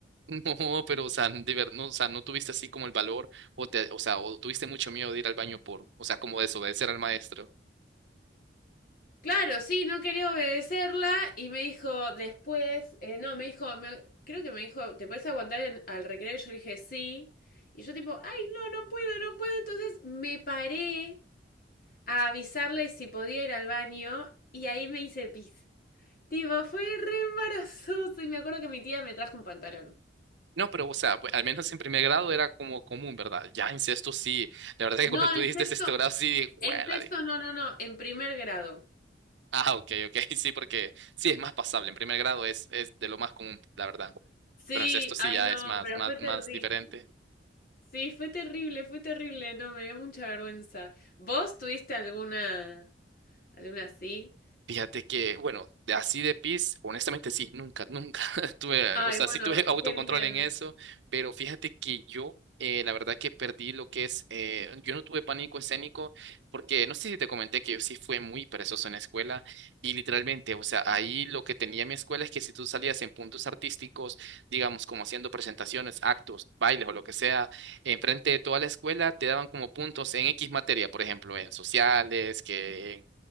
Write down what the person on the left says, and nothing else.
Claro, sí, no quería obedecerla y me dijo después, eh, no, me dijo, me- creo que me dijo, ¿te puedes aguantar en- al recreo? Y yo le dije, sí. Y yo tipo, ay, no, no puedo, no puedo. Entonces me paré a avisarle si podía ir al baño y ahí me hice pis. Tipo, fue re embarazoso y me acuerdo que mi tía me trajo un pantalón.
No,
en
sexto,
en sexto,
no, no, no, en primer grado.
Sí,
ay,
no,
pero
fue
terrible.
Sí, fue terrible, fue terrible, no, me dio mucha vergüenza. ¿Vos tuviste alguna, alguna así?
Ay,
bueno,
qué bien.